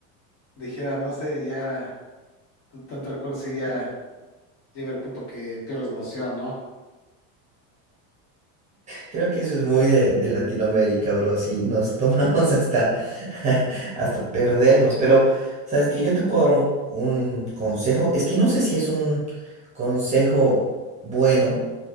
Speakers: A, on the left (about 55°); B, on the right (about 20°).
A: dijera, no sé, ya t- tanto alcohol sí ya llega al punto que pierdes noción, ¿no?
B: Creo que eso es muy de, de Latinoamérica, bro. Si nos tomamos hasta, <laughs> hasta perdernos. Pero, ¿sabes que Yo te puedo dar un, un consejo. Es que no sé si es un consejo bueno,